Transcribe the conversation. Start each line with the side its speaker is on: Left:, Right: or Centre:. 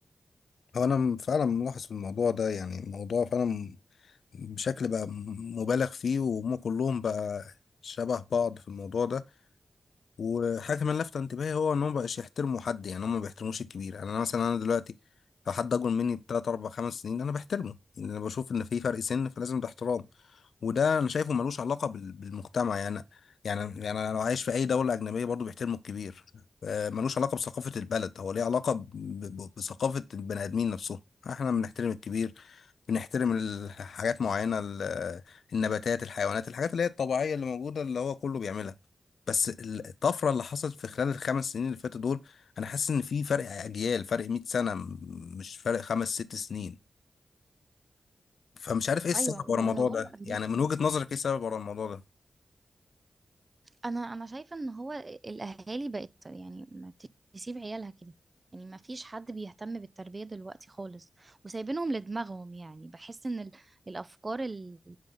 Left: هو انا فعلا ملاحظ في الموضوع ده يعني الموضوع فعلا بشكل بقى م- مبالغ فيه وهم كلهم بقى شبه بعض في الموضوع ده وحاجة كمان لافتة انتباهي هو ان هم مبقاش يحترموا حد يعني هم ما بيحترموش الكبير يعني انا مثلا انا دلوقتي لو حد اكبر مني بتلات اربع خمس سنين انا بحترمه لان انا بشوف ان في فرق سن فلازم ده احترام وده انا شايفه ملوش علاقة بال- بالمجتمع يعني يعني يعني انا لو عايش في اي دولة اجنبية برضو بيحترموا الكبير آه، ملوش علاقة بثقافة البلد هو ليه علاقة ب- ب- بثقافة البني ادمين نفسهم احنا بنحترم الكبير بنحترم ال- حاجات معينة ال- النباتات الحيوانات الحاجات اللي هي الطبيعية اللي موجودة اللي هو كله بيعملها بس الطفرة اللي حصلت في خلال الخمس سنين اللي فاتوا دول أنا حاسس إن في فرق أجيال فرق 100 سنة م- مش فرق خمس ست سنين فمش عارف إيه السبب
Right: ايوه والموضوع
Left: ورا الموضوع ده
Right: بقى غريب
Left: يعني من وجهة نظرك إيه السبب ورا الموضوع ده
Right: انا انا شايفه ان هو الاهالي بقت يعني ما تسيب عيالها كده يعني ما فيش حد بيهتم بالتربيه دلوقتي خالص وسايبينهم لدماغهم يعني بحس ان ال- الافكار ال-